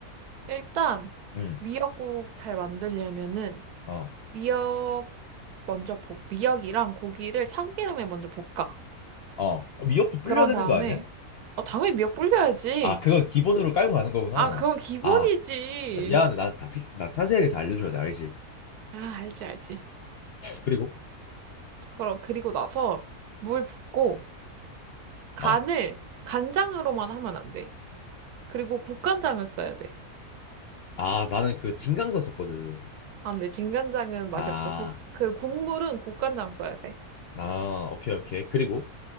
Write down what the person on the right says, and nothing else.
일단,
미역국 잘 만들려면은,
미역, 먼저 볶, 미역이랑 고기를 참기름에 먼저 볶아.
그런
다음에,
어, 당연히 미역 불려야지.
아, 그건 기본이지.
아, 알지, 알지.
그럼, 그리고 나서 물 붓고 간을
간장으로만 하면 안 돼. 그리고 국간장을 써야 돼.
안 돼. 진간장은 맛이
없어. 국, 그 국물은 국간장 써야 돼.